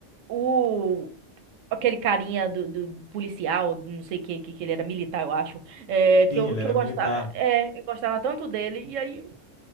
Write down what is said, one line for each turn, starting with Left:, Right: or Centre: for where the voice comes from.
Right: o, aquele carinha do, do policial, não sei que, que, que ele era militar, eu acho, é,
Left: sim,
Right: que eu,
Left: ele
Right: que
Left: era
Right: eu gostava,
Left: militar,
Right: é, eu gostava tanto dele, e aí